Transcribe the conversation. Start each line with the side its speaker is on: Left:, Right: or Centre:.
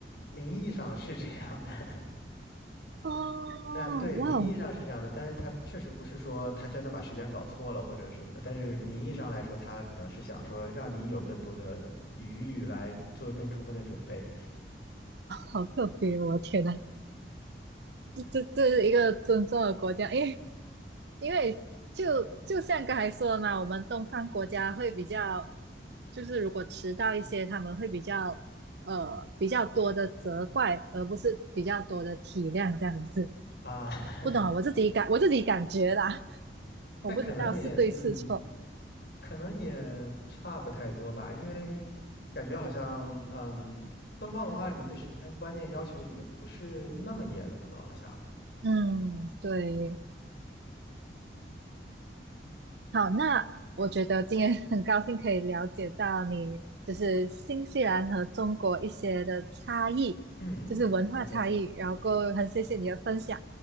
Left: 名义上是这样的。<laughs>
Right: 哦，
Left: 那对，
Right: 哇哦，
Left: 名义上是这样的，但是他确实不是说他真的把时间搞错了或者什么的，但是名义上来说，他可能是想说让你有更多的余裕来做更充分的准备
Right: 好特别哦！我的天呐，这这是一个尊重的国家，因为因为就就像刚才说的嘛，我们东方国家会比较，就是如果迟到一些，他们会比较呃比较多的责怪，而不是比较多的体谅这样子。
Left: 啊，<laughs>
Right: 不懂啊，我自己感我自己感觉啦。我不知道是对是错。
Left: 那可能也嗯。可能也差不太多吧，因为感觉好像，嗯，东方文化里面对时间观念要求也不是那么严格，好像。
Right: 嗯，对，好，那我觉得今天很高兴可以了解到你就是新西兰和中国一些的差异，
Left: 嗯，
Right: 就是文化差异，
Left: 不客气，
Right: 然后很谢谢你的分享。